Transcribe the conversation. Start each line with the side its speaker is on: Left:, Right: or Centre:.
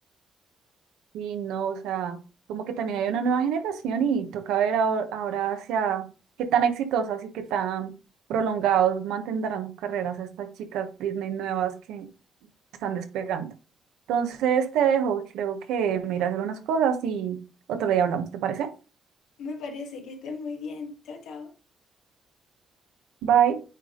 Right: Sí, no, o sea, como que también hay una nueva generación y toca ver ahora, ahora hacia qué tan exitosas y qué tan prolongados mantendrán sus carreras estas chicas Disney nuevas que están despegando. Entonces te dejo, creo que me iré a hacer unas cosas y otro día hablamos, ¿te parece?
Left: <laughs> Me parece que estés muy bien. Chao, chao.
Right: Bye.